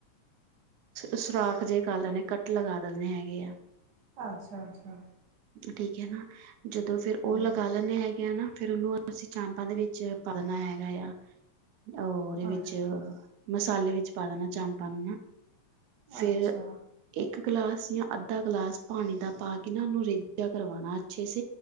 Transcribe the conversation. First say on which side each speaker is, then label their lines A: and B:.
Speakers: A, on the right; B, on the right.
A: ਸੁਰਾਖ ਜੇਹੇ ਕਰ ਲਣੇ ਕੱਟ ਲਗਾ ਦਿੰਣੇ ਹੈਗੇ ਆ
B: ਅੱਛਾ ਅੱਛਾ
A: ਠੀਕ ਹੈ ਨਾ ਜਦੋਂ ਫਿਰ ਉਹ
B: ਹਾਂਜੀ,
A: ਲਗਾ ਲੈਂਦੇ ਹੈਗੇ ਆ ਨਾ ਫੇਿਰ ਉਹਨੂੰ ਅਂ ਚਾਂਪਾਂ ਦੇ ਵਿੱਚ ਪਾਣਾ ਹੈਗਾ ਐ ਉਹਰੇ ਵਿੱਚ
B: ਅੱਛਾ,
A: ਜੋ ਮਸਾਲੇ ਵਿੱਚ ਪਾ ਦੇਣਾ ਚਾਪਾਂ ਨੂੰ ਨਾ ਫਿਰ
B: ਅੱਛਾ।
A: ਇੱਕ ਇੱਕ ਗਲਾਸ ਜਾਂ ਅੱਧਾ ਗਲਾਸ ਪਾਣੀ ਦਾ ਪਾ ਕੇ ਨਾ ਉਹਨੂੰ ਰੇਝਾ ਕਰਵਾਉਣਾ ਅੱਛੇ ਸ